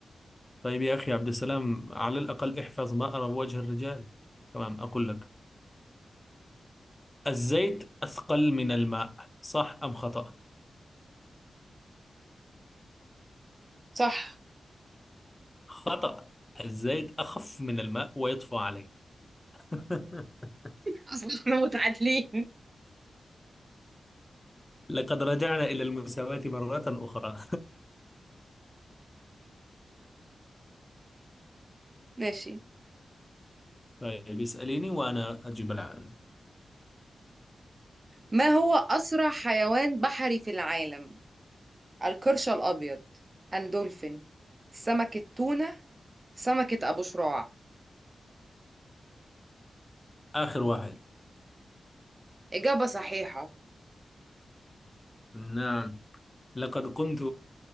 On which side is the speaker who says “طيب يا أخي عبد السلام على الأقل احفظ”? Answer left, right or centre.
Left